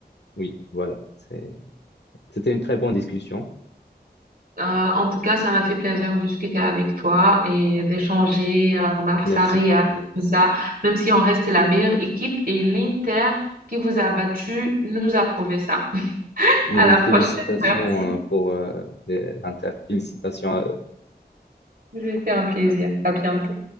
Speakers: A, on the left; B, on the right.
A: Oui, voilà. C'est- C'était une très bonne discussion.
B: Euh, en tout cas, ça m'a fait plaisir de discuter avec toi et d'échanger à Barça-Real
A: Merci.
B: et tout ça. Même si on reste la meilleure équipe et l'Inter qui vous a battu nous a prouvé ça.
A: Nous,
B: À la
A: une félicitation
B: prochaine. Merci.
A: euh, pour euh, les- l'Inter. Félicitations
B: C'était un plaisir. À bientôt.